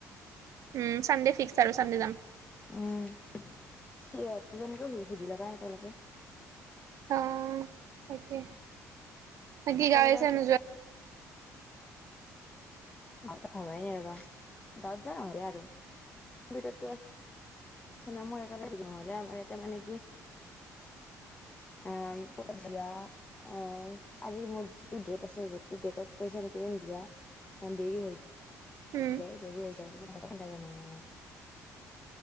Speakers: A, on the right; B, on the left.
A: উম চানদে ফিক্স আৰু চানদে যাম
B: উম সিহঁত কেইজনীকো সুধি লবা একেলগে
A: অহ তাকে বাকী
B: একেলগে
A: গাঁৱে চাৱে নোযোৱা
B: ভালকে ভাবাই নাই ৰবা গাঁৱত যোৱা নহয় দিয়া আৰু ভিতৰতো নিচিনা মোৰ একবাৰে থাকিম নহলে আমাৰ এয়াতে মানে কি অহ পৰহিয়া <unintelligible> অ আজি মোৰ যিটো ডেট আছে যিটো ডেটত পইচা কেইটামান দিয়া কাৰণ দেৰি হয়
A: উম
B: হে দেৰি হৈ যাব <unintelligible>